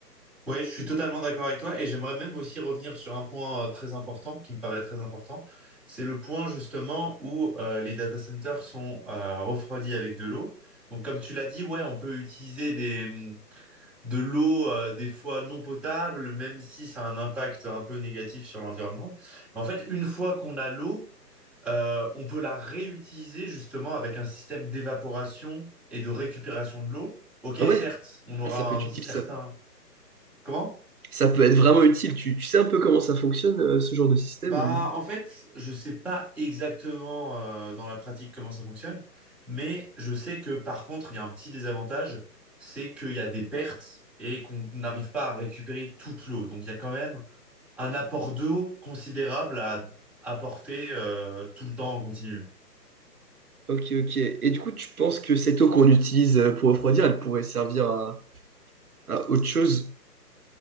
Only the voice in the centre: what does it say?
Ouais, je suis totalement d'accord avec toi et j'aimerais même aussi revenir sur un point euh, très important qui me paraît très important. C'est le point justement où euh, les data centers sont euh, refroidis avec de l'eau. Donc, comme tu l'as dit, ouais, on peut utiliser des, de l'eau, euh, des fois non potable, même si ça a un impact un peu négatif sur l'environnement. En fait, une fois qu'on a l'eau, euh, on peut la réutiliser justement avec un système d'évaporation et de récupération de l'eau. Ok,
certes, on aura
un
certain...
Comment?
Bah,
en fait, je sais pas exactement euh, dans la pratique comment ça fonctionne, mais je sais que par contre, il y a un petit désavantage, c'est qu'il y a des pertes et qu'on n'arrive pas à récupérer toute l'eau. Donc, il y a quand même un apport d'eau considérable à apporter euh, tout le temps en continu.